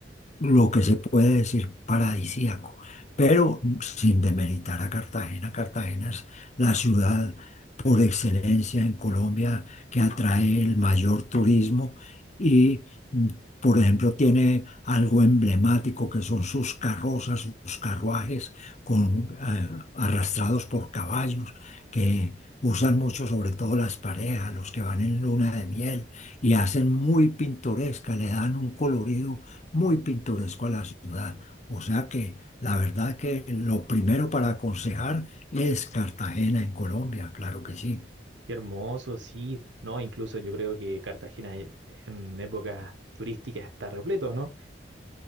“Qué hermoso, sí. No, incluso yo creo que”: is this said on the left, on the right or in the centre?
Right